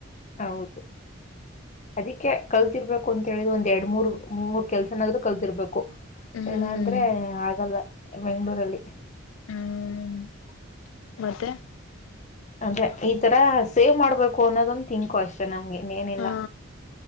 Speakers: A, on the left; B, on the left.
A: ಹೌದು ಅದಿಕ್ಕೆ ಕಲ್ತಿರ್ಬೇಕು ಅಂತ ಹೇಳಿದ ಒಂದ್ ಎರಡ್ ಮೂರ್ ಮೂ ಮೂರ್ ಕೆಲ್ಸನಾದ್ ಕಲ್ತಿರ್ಬೇಕು
B: ಹ್ಮ್
A: ಇಲ್ಲಾ ಅಂದ್ರೆ ಆಗಲ್ಲ ಬೆಂಗ್ಳೂರಲ್ಲಿ
B: ಹ್ಮ್ ಮತ್ತೆ
A: ಅೆ ಈ ತರ ಸೇವ್ ಮಾಡ್ಬೇಕು ಅನ್ನೋದೊಂದು ತಿಂಕು ಅಷ್ಟೇ ನಮ್ ಇನ್ನೇನಿಲ್ಲ್ಮ
B: ಹಾ